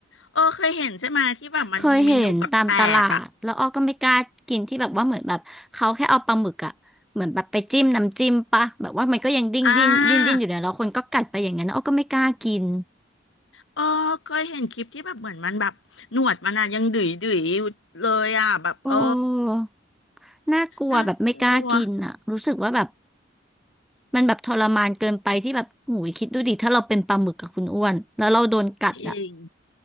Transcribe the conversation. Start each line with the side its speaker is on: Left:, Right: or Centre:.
Left: เออเคยเห็นใช่ไหมที่แบบมันมีเมนูแปลกๆอ่ะ
Centre: เคยเห็นตามตลาดแล้วอ้อก็ไม่กล้ากินที่แบบว่าเหมือนแบบเขาแค่เอาปลาหมึกอะเหมือนแบบไปจิ้มน้ำจิ้มปะแบบว่ามันก็ยังดิ้นดิ้นดิ้นดิ้นอยู่เนี่ยแล้วคนก็กัดไปอย่างนั้นอ้อก็ไม่กล้ากิน
Left: อ่าเออเคยเห็นคลิปที่แบบเหมือนมันแบบหนวดมันอะยังดุยดุยอยู่เลยอ่ะแบบเออ
Centre: โอ้น่ากลัวแบบไม่กล้ากินอะรู้สึกว่าแบบ
Left: น่ากลัว
Centre: มันแบบทรมานเกินไปที่แบบหูยคิดดูดิถ้าเราเป็นปลาหมึกกับคุณอ้วนแล้วเราโดนกัดอะ
Left: จริง